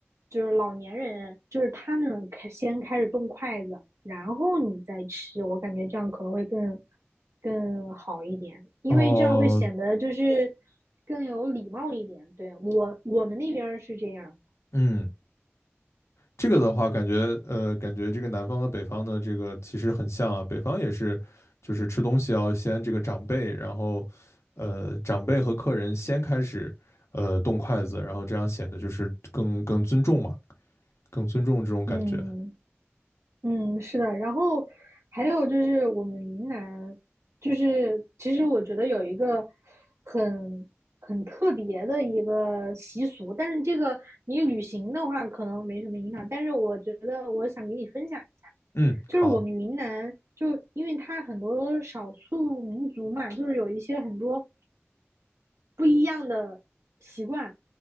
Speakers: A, on the right (about 80°); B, on the left (about 80°).
A: 就是老年人，就是他们开先开始动筷子，然后你再吃，我感觉这样可能会更更好一点，因为这样会显得就是
B: 哦，
A: 更有礼貌一点。对，我我们那边是这样，
B: 嗯。这个的话，感觉呃，感觉这个南方和北方的这个其实很像啊。北方也是，就是吃东西要先这个长辈，然后呃，长辈和客人先开始呃动筷子，然后这样显得就是更更尊重嘛，更尊重这种感觉。
A: 嗯。嗯，是的，然后还有就是我们云南，就是其实我觉得有一个很很特别的一个习俗，但是这个你旅行的话可能没什么影响，但是我觉得我想给你分享一下，
B: 嗯，
A: 就是我们云南，
B: 好，
A: 就因为它很多少数民族嘛，就是有一些很多。不一样的习惯，